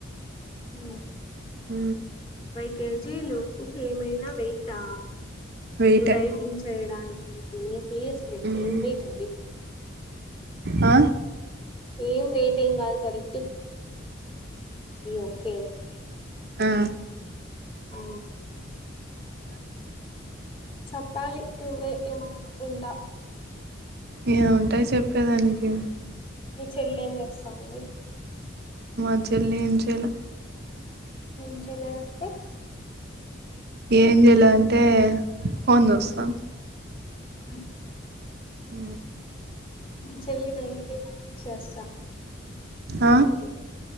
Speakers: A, on the left (about 25°); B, on the right (about 55°).
A: ఉ
B: హ
A: కేజీలు ఏమైనా వెయిటా
B: వెయిటే
A: నువ్వు డైటింగ్ చేయడానికి ఇ తీస్లే
B: మ్మ్
A: ఇలీట్ అది
B: ఆ
A: ఏం వెయిటింగ్ కాల్ కరి ఓ <unintelligible>
B: అ
A: ఆ చెప్పాలి నువ్వే ఏమైనా ఉంటె ఇంట
B: ఏ ఉంటాయి చెప్పేదానికి
A: ని చెల్లె ఎం చేస్తంది
B: మా చెల్లి ఏం చేయాల
A: ఏం చేయలేదంటే
B: ఏం జలో అంటే హుందస్తన్
A: "ఉమ్, ఆ
B: హ
A: చెల్లి డైలీ చేస్తాం
B: ఆ
A: యలే